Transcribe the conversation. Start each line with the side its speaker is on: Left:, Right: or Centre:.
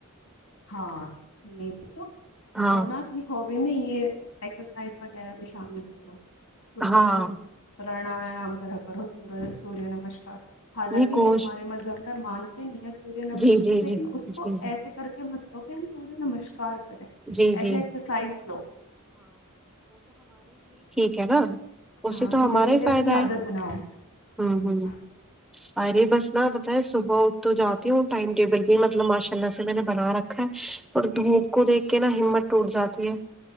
Left: ہاں یہ تو
Centre: ہاں
Left: اور نہ اپنی ہابی میں یہ ایکسرسائز وغیرہ بھی شامل کرو صبح
Centre: ہاں
Left: کو پرانیام کر کرو سورج سوریہ نمسکار حالانکہ
Centre: نہیں
Left: یہ
Centre: کوش
Left: ہمارے مذہب میں مانتے نہیں ہیں سوریہ نمسکار
Centre: جی جی
Left: لیکن
Centre: جی جی
Left: اس کو
Centre: جی
Left: ایسے کر کے مطلب کیا ہم سورج نمسکار
Centre: جی
Left: ایز
Centre: جی
Left: اسرائز لو
Centre: کیا ن اسے
Left: ہاں
Centre: تو
Left: دھیرے
Centre: ہمارا
Left: دھیرے
Centre: ہی فائدہ
Left: اپنی
Centre: ہے
Left: عادت بناؤ ہوں
Centre: ہ ہ اریے بس نہ بتائے صبح اٹ تو جاتی ہوں ٹائم ٹیبل بھی مطلب ماشاء اللہ سے میں نے بنا رکھا ہے پر دھوپ کو دیکھ کہ نا ہمت ٹوٹ جاتی ہے